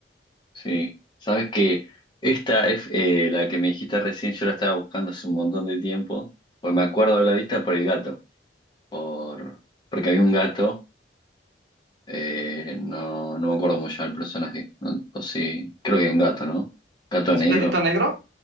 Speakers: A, on the left; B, on the right.
A: Sí, sabes que esta es eh, la que me dijiste recién, yo la estaba buscando hace un montón de tiempo, pues me acuerdo de la vista por el gato, por porque había un gato, eh, no, no me acuerdo cómo se llama el personaje, no- o sí, creo que hay un gato, ¿no? Gato
B: es
A: negro.
B: un gatito negro,